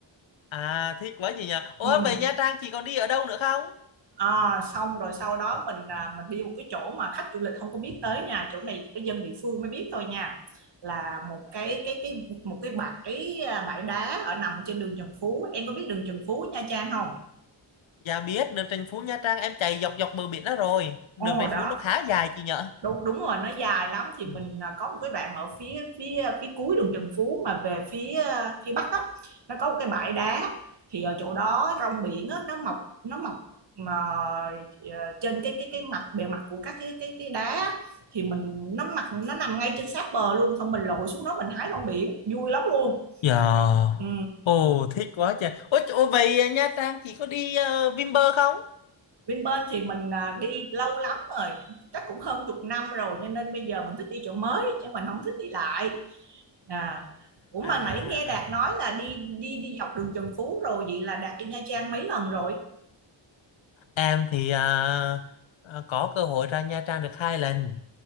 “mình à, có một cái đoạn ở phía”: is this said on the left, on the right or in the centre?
Right